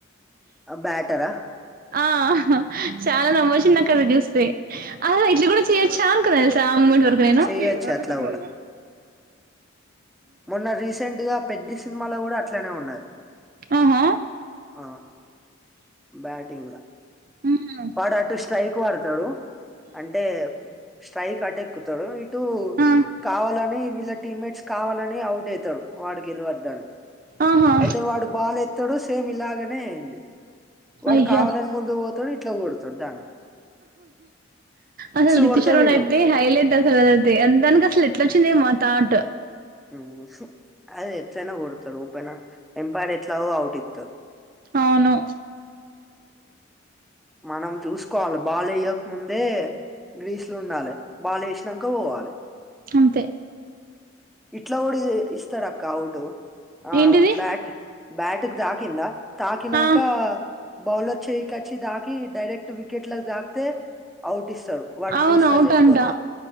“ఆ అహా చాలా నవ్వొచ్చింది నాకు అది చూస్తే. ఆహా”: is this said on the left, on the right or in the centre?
Right